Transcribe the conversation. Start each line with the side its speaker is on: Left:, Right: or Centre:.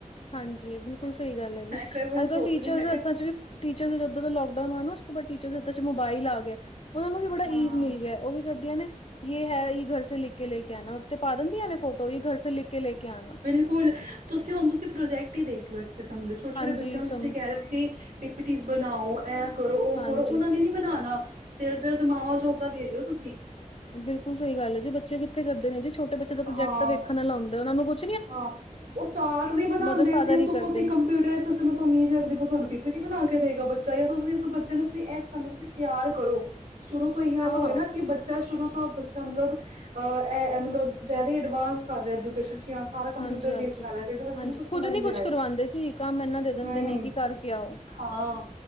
Left: ਹਾਂਜੀ, ਬਿਲਕੁਲ ਸਹੀ ਗੱਲ ਹੈ ਜੀ
Right: ਕਈ ਵਾਰੀ
Left: ਅੱਜ-ਕੱਲ੍ਹ
Right: ਸੋਚ
Left: ਟੀਚਰ
Right: ਰਹੀ ਮੈਂ
Left: ਦੇ
Right: ਕਿਹਾ
Left: ਹੱਥਾਂ'ਚ ਵੀ ਟੀਚਰਜ਼ ਜਦੋਂ ਦਾ ਲਾਕਡਾਊਨ ਹੋਇਆ ਨਾਂ ਉਸ ਤੋਂ ਬਾਅਦ ਟੀਚਰਜ਼ ਦੇ ਹੱਥਾਂ'ਚ ਮੋਬਾਈਲ ਆ ਗਏ। ਉਹਨਾ ਨੂੰ ਵੀ ਬੜਾ
Right: ਹਾਂ
Left: ਈਜ਼ ਮਿਲ ਗਿਆ। ਉਹ ਕੀ ਕਰਦੀਆਂ ਨੇ ਯੇ ਹੈ ਯੇ ਘਰ ਸੇ ਲਿਖ ਕੇ ਲੈ ਕੇ ਆਣਾ ਤੇ ਪਾ ਦਿੰਦੀਆਂ ਨੇ ਫੋਟੋ ਤੇ ਘਰ ਸੇ ਲਿਖ ਕੇ ਲੇ ਕੇ ਆਣਾ
Right: ਸਕੂਲ ਤੁਸੀਂ ਹੁਣ ਤੁਸੀਂ ਪ੍ਰੋਜੈਕਟ ਹੀ ਦੇਖਲੋ ਇੱਕ ਕਿਸਮ ਦੇ ਛੋਟੇ-
Left: ਹਾਂਜੀ
Right: ਛੋਟੇ ਬੱਚਿਆਂ ਨੂੰ
Left: ਸਮ
Right: ਤੁਸੀਂ ਕਹਿ ਰਹੇ ਸੀ ਪਿਪੀਟੀਜ਼ ਬਣਾਓ। ਐ ਕਰੋ, ਉਹ
Left: ਹਾਂਜੀ।
Right: ਕਰੋ ਉਹਨਾਂ ਨੇ ਨੀਂ ਬਣਾਣਾ, ਸਿਰ ਦਰਦ ਮਾਵਾਂ ਜੋਗਾ ਦੇ ਰਹੇ ਹੋ ਤੁਸੀਂ।
Left: ਬਿਲਕੁਲ ਸਹੀ ਗੱਲ ਹੈ ਜੀ ਬੱਚੇ ਕਿੱਥੇ ਕਰਦੇ ਨੇ ਜੀ ਛੋਟੇ ਬੱਚੇ ਦਾ ਪ੍ਰੋਜੈਕਟ
Right: ਹਾਂ
Left: ਵੇਖਣ ਵਾਲਾ ਹੁੰਦਾ ਉਹਨਾਂ ਨੂੰ ਕੁਝ
Right: ਹਾਂ, ਉਹ ਚਾਰਟ ਵੀ ਬਣਾਉਂਦੇ
Left: ਮਦਰ ਫਾਦਰ
Right: ਸੀ ਉਤੋਂ
Left: ਹੀ ਕਰਦੇ
Right: ਤੁਸੀ
Left: ਨੇ
Right: ਕੰਪਿਊਟਰ ਤੁਸੀਂ ਇੰਨਾਂ ਤੋਂ ਉਮੀਦ ਰੱਖਦੇ ਓ ਤੁਹਾਨੂੰ ਪੀ-ਪੀ ਟੀ ਬਣਾ ਕੇ ਦੇਗਾ ਬੱਚਾ ਜਾਂ ਤੁਸੀਂ ਉਸ ਬੱਚੇ ਨੂੰ ਤੁਸੀਂ ਇਸ ਸਮੇਂ ਤੁਸੀਂ ਤਿਆਰ ਕਰੋ। ਸ਼ੁਰੂ ਤੋਂ ਇਹ
Left: ਹਾਂ
Right: ਤਾਂ ਹੋਏ ਨਾ ਕਿ ਬੱਚਾ ਸ਼ੁਰੂ ਤੋਂ ਏਦਾਂ ਮਤਲਬ, ਅ ਏ ਮਤਲਬ ਜ਼ਿਆਦਾ ਐਂਡਵਾਸ ਕਰ ਰਹੇ ਐਜੂਕੇਸ਼ਨ ਕੀ ਸਾਰਾ ਕੰਪਿਊਟਰ
Left: ਹਾਂਜੀ ਹਾਂਜੀ।
Right: ਬੇਸ ਕਰ ਰਿਹਾ ਜਿਹੜਾ ਬੱਚੇ
Left: ਹਾਂਜੀ
Right: ਨੂੰ ਕੁਛ ਸਮਝ
Left: ਖੁਦ ਨੀ
Right: ਵੀ
Left: ਕੁਛ
Right: ਆਏ,
Left: ਕਰਵਾਂਦੇ ਜੀ ਕੰਮ ਇਨਾ ਦੇ
Right: ਨਹੀਂ
Left: ਦਿੰਦੇ ਨੇ ਕਿ ਕਰਕੇ ਆਓ
Right: ਹਾਂ।